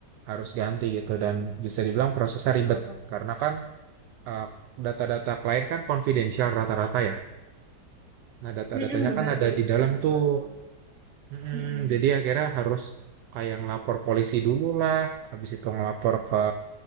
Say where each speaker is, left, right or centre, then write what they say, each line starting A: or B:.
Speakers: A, on the right; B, on the right.
A: harus ganti gitu dan bisa dibilang prosesnya ribet
B: eh,
A: karena kan eh, data-data klien kan konfidensial rata-rata ya. Nah data-datanya
B: Hmm, bener
A: kan ada
B: tuh itu.
A: di dalam
B: eh. juga
A: tuh,
B: tuh.
A: Mm,
B: Hmm.
A: jadi akhirnya harus kayak ngelapor polisi dulu lah, habis itu ngelapor ke